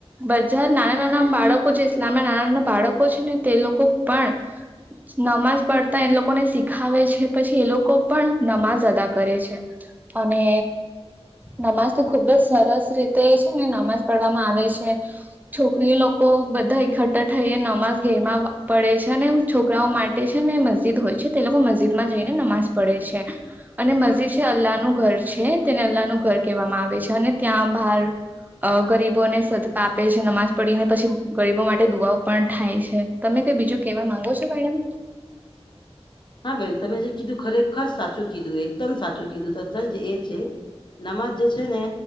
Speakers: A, on the right; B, on the left.
A: બજાર નાના નાના બાળકો જે ઇસ્લામ ના નાના નાના બાળકો છે ને તે લોકો પણ નમાજ પડતા તો એ લોકોને શીખાવે છે પછી એ લોકો પણ નમાજ અદા કરે છે. અને નમાજ તો ખુબ જ સરસ રીતે છે ને નમાજ પવામાં આવે છે. છોકરી લોકો બધા એકઠઠા થઈ નમાઝ ઘેરમાં પડે છે ને છોકરાઓ માટે છે ને મસ્જિદ હોય છે તે લોકો મસ્જિદમાં જઈને નમાજ પડે છે. અને મજી છે અલ્લાહનું ઘર છે તેને અલ્લાહ નનું ઘર કહેવામાં આવે છે અને ત્યાં બહાર અ ગરીબોને સદકા આપે છે નમાજ પડીને પછી ગરીબો માટે દુઆઓ પણ થાય છે. તમે કઈ બીજું કેવા માંગો છો મેડમ
B: ના બેન તમે જે કીધું ખરેખર સાચું કીધું એકદમ સાચું કીધું તધ એ છે. નમાજ જે છે ને